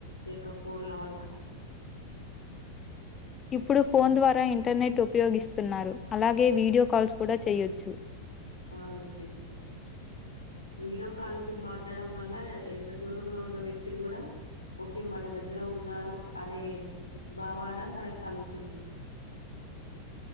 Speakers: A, on the left; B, on the left.
A: యొక్క ఫోన్ల వల్ల
B: ఇప్పుడు ఫోన్ ద్వారా ఇంటర్నెట్ ఉపయోగిస్తున్నారు అలాగే వీడియో కాల్స్ కూడా చేయ్యొచ్చు
A: అవునండి వీడియో కాల్స్ మాట్లాడం వల్ల ఎంత దూరంలో ఉన్న వ్యక్తులు కూడా ఓకే మన దగ్గర ఉన్నారు అనే భావన మనకు కలుగుతుంది